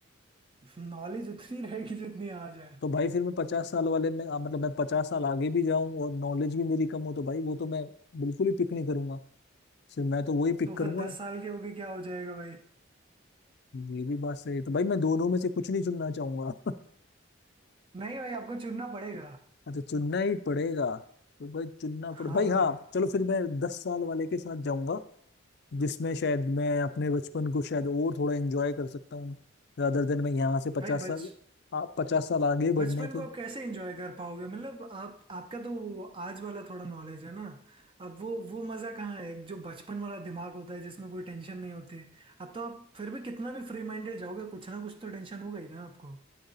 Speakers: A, on the right; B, on the left.
A: <laughs> नॉलेज उतनी रहेगी जितनी आज है
B: तो भाई फिर मैं पचास साल वाले में अ, मतलब मैं पचास साल आगे भी जाऊं और नॉलेज भी मेरी कम हो तो भाई वो तो मैं बिल्कुल ही पिक नहीं करूंगा सिर्फ मैं तो वही पिक
A: तो फिर
B: करूंगा
A: दस साल के हो गए क्या हो जाएगा भाई
B: ये भी बात सही है तो भाई मैं दोनों में से कुछ नहीं चुनना चाहूंगा
A: नहीं भाई आपको चुनना पड़ेगा
B: <laughs> अच्छा चुनना ही पड़ेगा तो भाई चुनना
A: हाँ
B: पड़े भाई
A: भाई
B: हाँ चलो फिर मैं दस साल वाले के साथ जाऊंगा जिसमें शायद मैं अपने बचपन को शायद और थोड़ा एंजॉय कर सकता हूँ रादर देन मैं यहाँ से पचास
A: भाई बच
B: साल आ, पचास साल आगे बढ़ने
A: बचपन को
B: के
A: आप कैसे एंजॉय कर पाओगे मतलब आप आपका तो वो आज वाला थोड़ा नॉलेज है ना अब वो वो मजा कहाँ है जो बचपन वाला दिमाग होता है जिसमें कोई टेंशन नहीं होती अब तो आप फिर भी कितना भी फ्री माइंडेड जाओगे कुछ ना कुछ तो टेंशन होगा ही ना आपको